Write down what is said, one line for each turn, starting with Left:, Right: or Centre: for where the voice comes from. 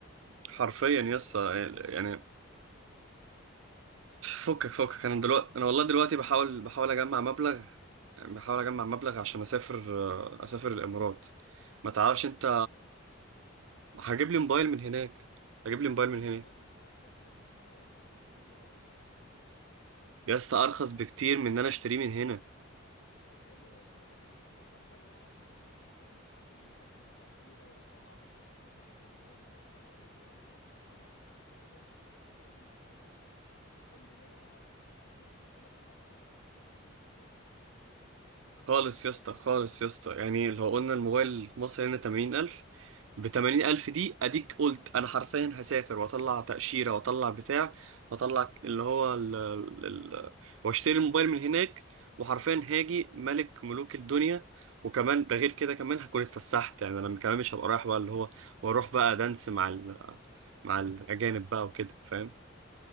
Right: حرفيا يا اسطى يعني فكك
Left: طب
Right: فكك
Left: يا اسطى
Right: انا دلوقتي انا والله دلوقتي بحاول
Left: مش عارف
Right: بحاول اجمع مبلغ بحاول اجمع مبلغ عشان اسافر اسافر الامارات ما تعرفش انت
Left: ليه يا اسطى
Right: هجيب لي موبايل من هناك هجيب لي موبايل من
Left: هتسافر
Right: هناك
Left: هتسافر الامارات عشان تجيب موبايل انت عبيط يا اسطى
Right: يا اسطى ارخص بكتير من ان انا اشتريه من هنا
Left: طب حلو انت تكاليف السفر بقى ال... انت في تكاليف تأشيرة وتطلع باسبور انت ما عندكش باسبور والسفر والكلام ده وتذكرة رايح وتذكرة جاي والايام اللي هتقعدها هناك كل ده هيتل... هيعمل ثلاث اضعاف سعر الموبايل الرخيص اللي هجيبه من هناك
Right: خالص يا اسطى خالص يا اسطى يعني لو قلنا الموبايل في مصر هنا 80000 ب 80000 دي أديك قلت أنا حرفيا هسافر وأطلع تأشيرة وأطلع بتاع وأطلع اللي هو ال ال ال وأشتري الموبايل من هناك وحرفيا هاجي ملك ملوك الدنيا وكمان ده غير كده كمان هكون اتفسحت يعني أنا كمان مش هبقى رايح بقى اللي هو وأروح بقى دانس مع ال مع الأجانب بقى وكده فاهم